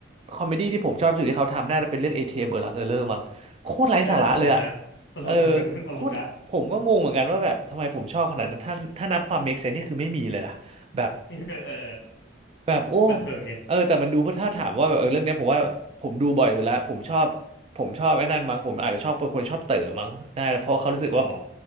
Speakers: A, on the right; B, on the left.
A: คอมเมดี้ที่ผมชอบที่สุดที่เขาทำน่าจะเป็นเรื่อง ATM เอมเออรักเออเลอร์มั้งโคตรไร้สาระเลยอ่ะ
B: เออนั่นตลกนะตลก
A: เออ
B: <laughs> ตลกตลกนะ
A: โคตรผมก็งงเหมือนกันว่าแบบทำไมผมชอบขนาดนั้นถ้าถ้านับความ make sense นี่คือไม่มีเลยนะแบบ
B: เออเออ
A: แบบโอ้
B: บันเทิงไง
A: เออแต่มันดูเพราะถ้าถามว่าแบบเออเรื่องเนี้ยผมว่าผมดูบ่อยสุดแล้วผมชอบผมชอบไอ้นั่นมั้งผมอาจจะชอบเป็นคนชอบเต๋อมั้งน่าเพราะเขารู้สึกว่า
B: อ๋อ